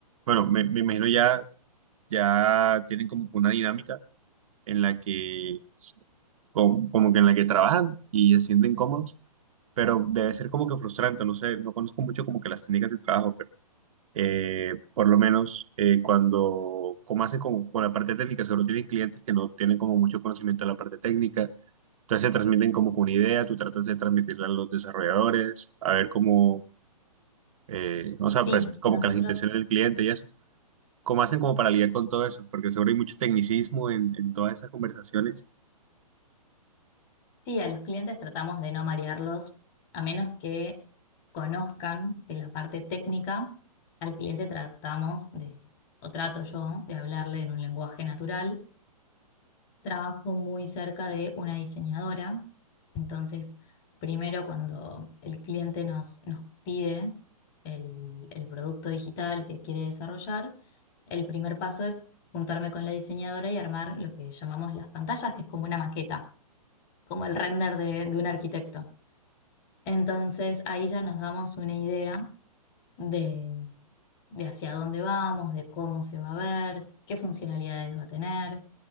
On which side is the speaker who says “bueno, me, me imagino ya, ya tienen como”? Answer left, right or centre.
Right